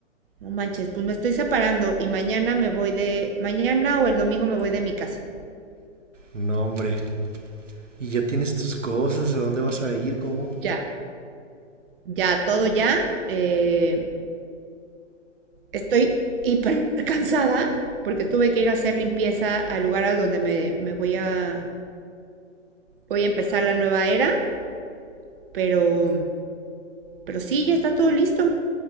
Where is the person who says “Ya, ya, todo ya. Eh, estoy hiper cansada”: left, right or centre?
Right